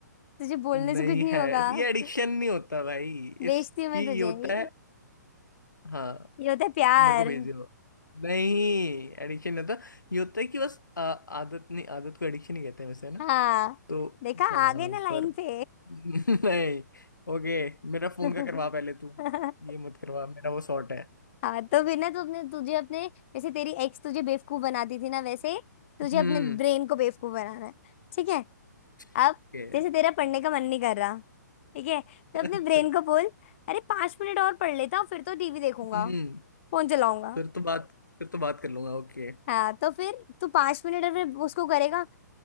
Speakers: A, on the left (about 40°); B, on the left (about 80°).
A: तुझे बोलने
B: नहीं
A: से कुछ नहीं
B: है
A: होगा
B: ये एडिक्शन
A: <laughs>
B: नहीं होता भाई
A: बेचती
B: इसकी
A: हूँ मैं तुझे
B: ये होता
A: ये
B: है हाँ
A: ये होता है प्यार
B: मेरे को भेज दो नहीं एडिक्शन नहीं होता ये होता है कि बस आ, आदत नहीं आदत को एडिक्शन ही कहते हैं वैसे है ना
A: हाँ
B: तो आ,
A: देखा आ गए ना लाइन
B: पर
A: पे
B: <laughs> नहीं ओके मेरा फोन
A: <laughs>
B: का करवा पहले तू ये मत करवा मेरा वो शॉर्ट है
A: हाँ तो बिना तुमने तुझे अपने जैसे तेरी एक्स तुझे बेवकूफ बनाती थी ना वैसे तुझे
B: हम्म
A: अपने ब्रेन को बेवकूफ बनाना है ठीक है
B: ओके
A: अब जैसे तेरा पढ़ने का मन नहीं कर रहा ठीक है तो
B: अच्छा
A: अपने ब्रेन को बोल अरे पांच मिनट और पढ़ लेता हूँ फिर तो टीवी देखूंगा
B: हम्म
A: फोन चलाऊंगा
B: फिर तो बात फिर तो बात कर लूंगा ओके
A: हाँ तो फिर तू पांच मिनट और फिर उसको करेगा